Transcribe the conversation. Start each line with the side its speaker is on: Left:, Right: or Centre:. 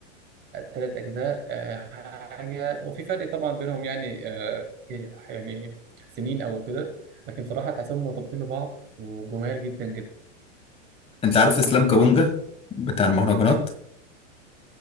Right: ثلاث أجزاء آه، حاجة وفي فرق طبعا بينهم يعني آه، في- يعني سنين أو كده لكن بصراحة تحسهم مرتبطين ببعض وجمال جدا جدا
Left: انت عارف اسلام كابونجا بتاع المهرجانات